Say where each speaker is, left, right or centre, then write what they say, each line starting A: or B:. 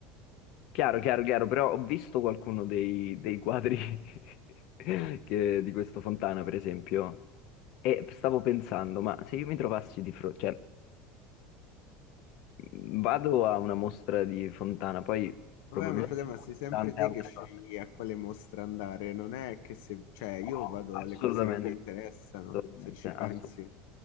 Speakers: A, on the left (about 50°); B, on the left (about 80°).
A: chiaro, chiaro, chiaro, però ho visto qualcuno dei, dei quadri <laughs> che- di questo Fontana, per esempio, e stavo pensando, ma se io mi trovassi di fronte, cioè, mh, vado a una mostra di Fontana, poi Mm. probabilmente
B: Vabbè, ma frate,
A: ci
B: ma
A: sono
B: sei sempre
A: tante
B: te
A: altre
B: che scegli
A: cose.
B: a quale mostra andare, non è che se, cioè, io
A: No,
B: vado
A: assolutamente.
B: alle cose che mi interessano,
A: Assolutamente,
B: se ci
A: assu-
B: pensi.